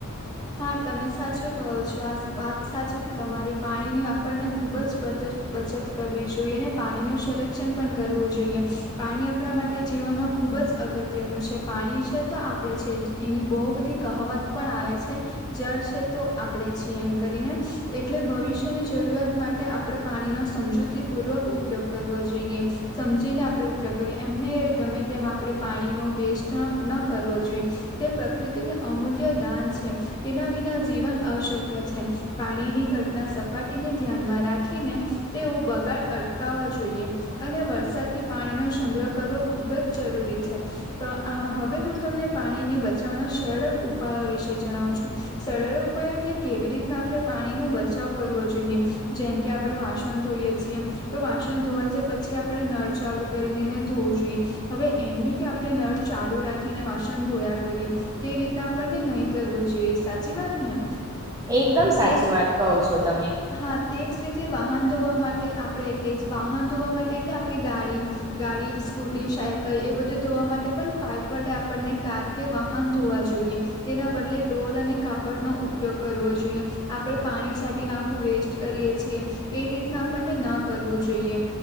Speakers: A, on the left; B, on the right.
A: હા તમે સાચો કહો છો આ વાત સાચી છે તમારી પાણીની વારને ખુબ જ બદલ બચત કરવી જોઈએ અને પાણી ન સંરક્ષણ પણ કરવું જોઈએ પાણી આપણા માટે જીવનમાં ખુબ જ અગત્યનું છે પાણી છે તો આપણેે છે એની બહુ બધી કહાવત પણ આવે છે જળ છે તો આપણેે છી એમ કરીને એટલે ભવિષ્યની જરૂરત માટે આપણે પાણી સમજૂ પૂર્વક ઉપયોગ કરવો જોઈએ સમજીને આપણે ઉપયોગ કરી એમને ગમે તેમ આપણે પાણીનો વેસ્ટ ન કરવો જોઈએ તે પ્રકૃતિનું અમૂલ્ય દાન છે તેના વિના જીવન અશક્ય છે પાણીની ઘટના સપાટીને ધ્યાનમાં રાખીને તેઓ બગાડ અટકાવવા જોઈએ અને વરસાદ થી પાણીનોો સંગ્રહ કરવો ખુબ જ જરૂરી તો હવે હું તમને પાણીને બચાવના સરળ ઉપાયો વિશે જણાવ છું સરળ ઉપાય એટલે કેવી રીતના આપણે પાણીનોો બચાવ કરવો જોઈએ જેમ કે આપણે વાસણ છ તો વાસણ ધોવાય છે પછી આપણે નળ ચાલુ કરીને એને ધોવું જોઈએ હવે આપણે નળ ચાલુ રાખી અને વાસન ધોયા કરીએ તે રીતના આપણને નહીં કરવું જોઈએ સાચી વાત ને
B: એકદમ સાચી
A: તે જ
B: વાત કહો છો તમે
A: હા તેજ રીતે વાહન ધોવા માટે આપણે એટલે વાહન ધોવા માટે એટલે આપણી ગાડી ગાડી સ્કૂટી બધ ધોવા માટે પાપ વડે આપને કાર કે વાહન ધોવા જોઈએ તેના બદલે ડોલ અને કાપડ નો ઉપયોગ કરવો જોઈએ આપણે પાણી સા નાખ વેસ્ટ કરીએ છીએ એ રીતના આપણને ન કરવું જોઈએ